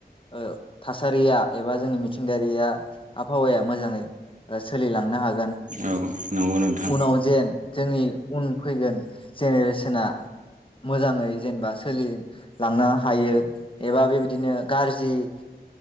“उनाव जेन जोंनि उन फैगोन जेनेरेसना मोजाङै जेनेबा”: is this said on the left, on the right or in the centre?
Left